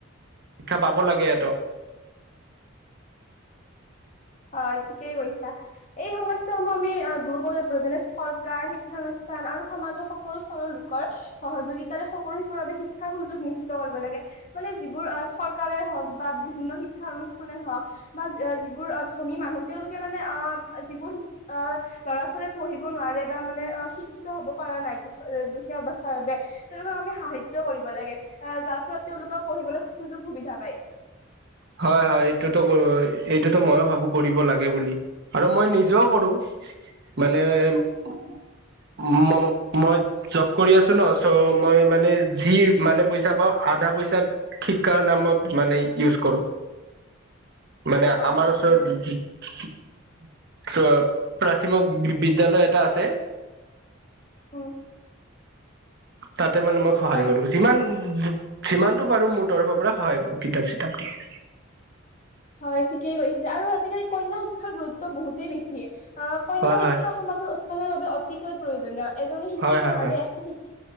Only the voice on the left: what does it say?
হয় ঠিকেই কৈছা। এই সমস্যা সমূহ আমি দূৰ কৰিব পাৰোঁ যেনে চৰকাৰ, শিক্ষানুষ্ঠান আৰু সমাজৰ সকলো স্তৰৰ লোকৰ সহযোগিতাৰে সকলো শিশুৰ বাবে শিক্ষাৰ সুযোগ নিশ্চিত কৰিব লাগে। মানে যিবোৰ আহ চৰকাৰে হওঁক বা বিভিন্ন শিক্ষা অনুষ্ঠানে হওক বা যিবোৰ অ ধনী মানুহ তেওঁলোকে মানে আহ যিবোৰ শিক আহ ল'ৰা ছোৱালীয়ে পঢ়িব নোৱাৰে বা মানে শিক্ষিত হব পৰা নাই দু দুখীয়া অৱস্থাৰ বাবে তেওঁলোকক আমি সাহাৰ্য কৰিব লাগে, আহ যাৰ ফলত তেওঁলোকেও পঢ়িবলৈ সুযোগ সুবিধা পায়।
অ
বুজিছো
উম।
হয়
হয় ঠিকেই কৈছে, আৰু আজিকালি কন্যা শিক্ষাৰ গুৰুত্ব বহুতেই বেছি। আ কন্যা
শিক্ষা
সমাজৰ বাবে অতিকৈ প্ৰয়োজনীয় এজন শিক্ষিত
নাৰীয়ে
এখন শিক্ষি